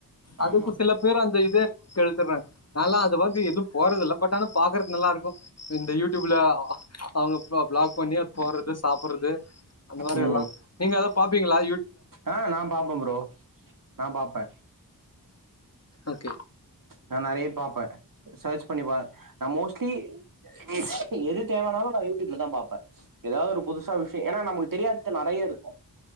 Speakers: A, on the left; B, on the right.
A: அதுக்கு
B: ஆமா
A: சில பேர் அந்த இத கெடுத்துறாங்க நாலா அது பத்தி எதும் போட்றதில்ல பட் ஆனா பாக்குறத்க்கு நல்லா இருக் கு இந்த யூடியூப்ல அவங்க பா விளாக் பண்ணி போட்றது சாப்புட்றது து அந்த மாரி
B: ம்
A: எல்லா நீங்க எதா பாப்பீங்களா
B: ஆ நா பாப்பே ப்ரோ நா பாப்பே
A: ஓகே
B: நா நெறைய பாப்பே சர்ச் பண்ணி ப நா மோஸ்ட் <inaudible> எது தேவனாலு நா யூடியூப்ல தா பாப்பே எதாவது ஒரு புதுசா விஷ்ய ஏன்னா நமக்கு தெரியாதது நெறையருக்கு